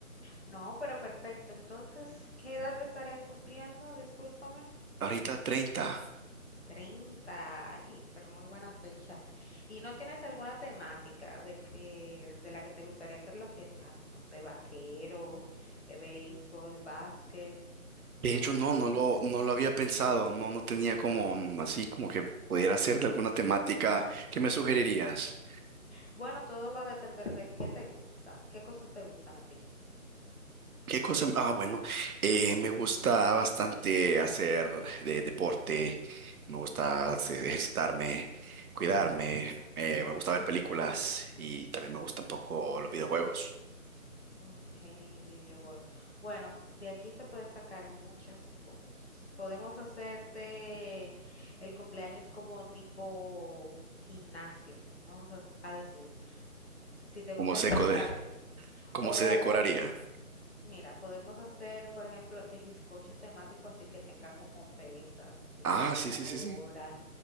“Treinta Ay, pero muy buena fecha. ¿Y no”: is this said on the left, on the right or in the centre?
Left